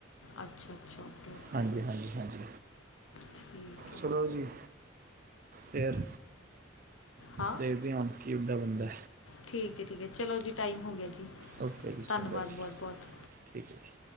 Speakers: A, on the left; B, on the right.
A: ਅੱਛਾ ਅੱਛਾ। ਓਕੇ
B: ਹਾਂਜੀ, ਹਾਂਜੀ, ਹਾਂਜੀ।
A: ਠੀਕ ਐ।
B: ਚੱਲੋ ਜੀ ਫਿਰ
A: ਹਾਂ
B: ਦੇਖਦੇ ਆ। ਕੀ ਓਦਾਂ ਬਨਦਾ।
A: ਠੀਕ ਐ ਠੀਕ ਐ ਚਲੋ ਜੀ ਟਾਈਮ ਹੋ ਗਿਆ ਜੀ
B: ਓਕੇ ਜੀ
A: ਧੰਨਵਾਦ
B: ਸਿੰਘ ਜੀ
A: ਬੋਤ ਬੋਤ।
B: ਠੀਕ ਐ ਜੀ।